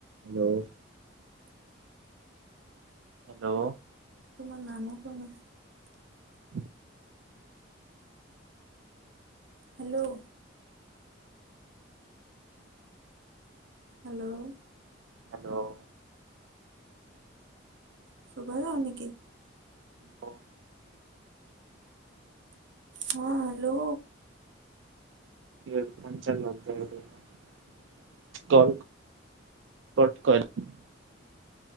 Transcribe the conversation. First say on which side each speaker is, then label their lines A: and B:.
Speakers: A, on the right; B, on the right.
A: Hello. Hello.
B: ତୁମର ନାମ କଣ?
A: ହ
B: ହ୍ୟାଲୋ। ହ୍ୟାଲୋ।
A: ହ୍ୟାଲୋ।
B: <unintelligible>
A: ହ
B: ହଁ ହ୍ୟାଲୋ।
A: <inaudible> <inaudible>